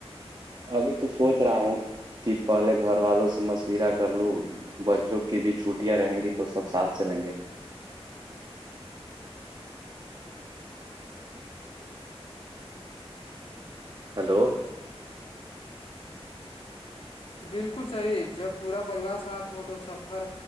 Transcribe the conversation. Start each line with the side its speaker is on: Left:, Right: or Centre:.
Right: ابھی تو سوچ رہا ہوں کہ پہلے گھر والوں سے مشورہ کر لوں بچوں کی بھی چھٹیاں رہیں گی تو سب ساتھ چلیں گے ہلو
Left: ہاں بالکل صحیح جب پورا پریوار ساتھ ہو تو سفر